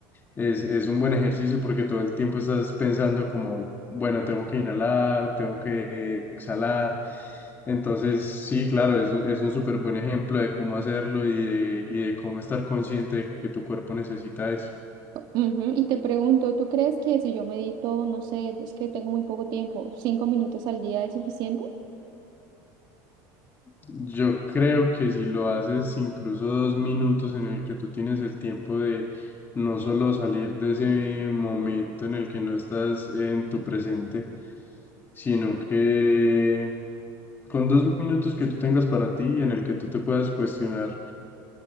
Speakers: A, on the left (about 25°); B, on the right (about 50°).
A: es, es un buen ejercicio porque todo el tiempo estás pensando como, bueno, tengo que inhalar, tengo que eh, exhalar. Entonces, sí, claro, es, un- es un súper buen ejemplo de cómo hacerlo y de, y de cómo estar consciente de que tu cuerpo necesita eso.
B: Ujú, Y te pregunto, ¿tú crees que si yo medito, no sé, es que tengo muy poco tiempo, cinco minutos al día es suficiente?
A: Yo creo que si lo haces incluso dos minutos en el que tú tienes el tiempo de no solo salir de ese momento en el que no estás en tu presente, sino que con dos minutos que tú tengas para ti, en el que tú te puedas cuestionar,